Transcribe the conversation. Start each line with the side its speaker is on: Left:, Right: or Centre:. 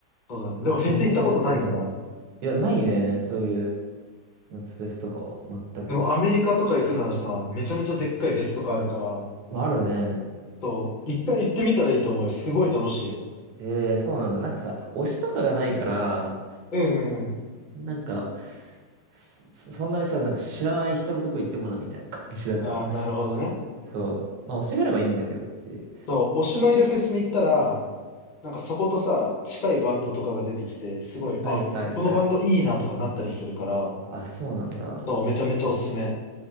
Left: そうだね。でもフェス行ったことないんだ。
Right: 僕も絶対そう。いや、ないね。そういう夏フェスとかは。全く。
Left: でもアメリカとか行くならさ、めちゃめちゃでっかいフェスとかあるから、
Right: まあ、あるね。
Left: そう、一回行ってみたらいいと思うよ。すごい楽しいよ。
Right: ええそうなんだ。なんかさ、推しとかがないから、
Left: うんうんうん。
Right: なんか、そ、そんなにさ、なんか知らない人のとこ行ってもな、みたいな感じだから。
Left: ああ、なるほどね。
Right: そう。まあ、推しがあればいいんだけどっていう。
Left: そう、推しのいるフェスに行ったら、なんかそことさ、近いバンドとかが出てきて、すごい、
Right: はいはいはい。
Left: あ、このバンドいいなとかなったりするから、
Right: あ、そうなんだ。
Left: そう、めちゃめちゃおすすめ。